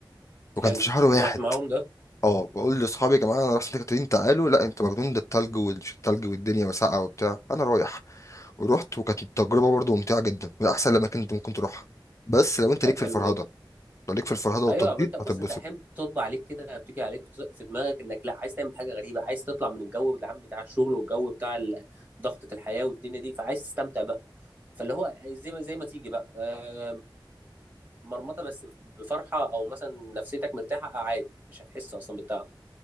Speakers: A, on the left; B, on the right.
A: وكان
B: حلو
A: في شهر واحد
B: ورحت معاهم ده
A: اه بقول لاصحابي يا جماعه انا رايح سانت كاترين تعالوا لا انت مجنون ده التلج والتلج والدنيا وسقعه وبتاع انا رايح ورحت وكانت التجربه برضه ممتعه جدا من احسن الاماكن اللي ممكن تروحها بس لو انت
B: طب
A: ليك
B: حلو
A: في الفرهده
B: جدا
A: لو ليك في الفرهده والتطبيط
B: ايوه ما انت بص
A: هتتبسط
B: انت احيانا بتطب عليك كده بتيجي عليك بت- في دماغك انك لا عايز تعمل حاجه غريبه عايز تطلع من الجو العام بتاع الشغل والجو بتاع ال- ضغطه الحياه والدنيا دي فعايز تستمتع بقى فاللي هو زي ما زي ما تيجي بقى آه، مرمطه بس بفرحه او مثلا نفسيتك مرتاحه عادي مش هتحس اصلا بالتعب